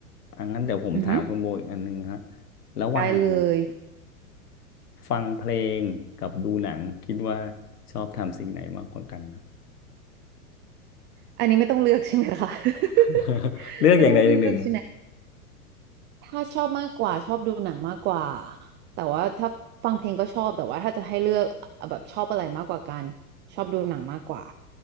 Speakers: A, on the left (about 85°); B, on the right (about 25°).
A: อันนั้นเดี๋ยวผมถามคุณโบอีกอันนึงฮะ
B: อือหือ
A: ระหว่าง
B: ได้เลย
A: ฟังเพลงกับดูหนังคิดว่าชอบทำสิ่งไหนมากกว่ากันครับ
B: อันนี้ไม่ต้องเลือกใช่ไหมคะ <laughs>
A: <laughs> เลือกอย่างใดอย่างหนึ่ง
B: ไม่ต้องเลือกใช่ไหม ถ้าชอบมากกว่าชอบดูหนังมากกว่าแต่ว่าถ้าฟังเพลงก็ชอบแต่ว่าถ้าจะให้เลือกแบบชอบอะไรมากกว่ากันชอบดูหนังมากกว่า